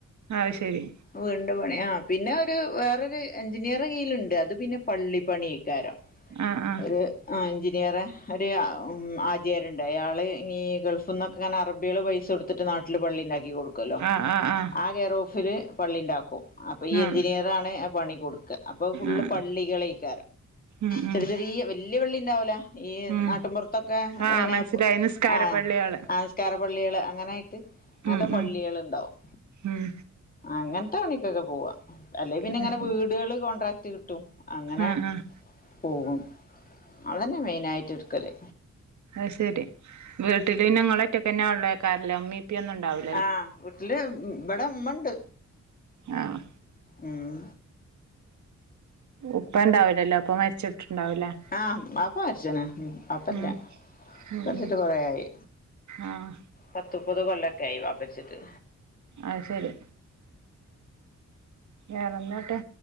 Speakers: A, on the right; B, on the left.
A: ആഹ് ശെരി
B: വീടിന്റെ പണി ആഹ് പിന്നെ ഒരു വേറൊരു എഞ്ചിനീയറെ കീയിലുണ്ട് അത് ഇത് പിന്നെ പള്ളിപ്പണിക്കാരാ
A: ആഹ് ആഹ്
B: ഒരു ആഹ് എൻജിനീയറെ ഒരു ആഹ് ഉം ആ <unintelligible> ആള് ഈ ഗൾഫിൽന്നൊക്കെ അങ്ങനെ അറബികള് പൈസ കൊടുത്തിട്ട് നാട്ടില് പള്ളി ഇണ്ടാക്കി കൊടുക്കു ക്കൊല്ലോ
A: ആഹ് ആഹ് ആഹ്
B: ആ കെയറോഫില് പള്ളി ണ്ടാക്കും അപ്പൊ ഈ
A: ആഹ്
B: എഞ്ചിനീയറാണ് ആ പണി കൊടു ക്ക അപ്പൊ അത്‌ ഫുള്ള്
A: ആഹ്
B: പള്ളികള് <unintelligible>
A: ഉം
B: ചെറിയ
A: ഉം
B: ചെറിയ വല്യ പള്ളിണ്ടാവൂല ഈ
A: ഉം
B: നാട്ടിൻപുറത്തൊക്കെ
A: ആഹ്
B: പിന്നെ
A: മനസ്സിലായി
B: പ്
A: നിസ്കാരപ്പള്ളിയാള്
B: ആഹ് ആഹ് നിസ്കാര പള്ളികള് അങ്ങനായിട്ട് അങ്ങനത്തെ
A: ഉം
B: പള്ളികൾ
A: ഉം
B: ഇണ്ടാവും
A: ഉം
B: അങ്ങനത്തെ പണിക്കൊക്കെ പോവാ അല്ലെ പിന്നെ
A: അത്
B: ഇങ്ങനെ
A: ശരി
B: വീടുകള് കോൺട്രാക്ട് കിട്ടും അങ്ങനെ
A: ആഹ് ആഹ്
B: പോകും അതന്നെ മെയിനായിട്ടെടുക്കല്
A: അഹ് ശെരി വീട്ടില് പിന്നെ നിങ്ങള് ഒറ്റക്കന്നെ ഒള്ളേക്കാരംല്ലേ ഉമ്മീം പ്പയും ഒന്നും ഉണ്ടാവി
B: ആഹ് വീട്ടില് ഇവടെ ഉമ്മണ്ട്
A: ആഹ്
B: ഉം
A: ഉപ്പ ഉണ്ടാവുലല്ലോ ഉപ്പ മരിച്ചിട്ടുണ്ടാവൂല്ലേ
B: ആഹ ബാപ്പ മരിച്ച്ണ് ബാപ്പ ഇല്ല
A: ഉം ഉം
B: മരിച്ചിട്ട്
A: ഉം
B: കൊറെയായി
A: ആഹ്
B: പത്ത് മുപ്പത് കൊല്ലൊക്കെ ആയി വാപ്പ മരിച്ചിട്ട്
A: അഹ് ശരി വേറെന്താങ്ങട്ട്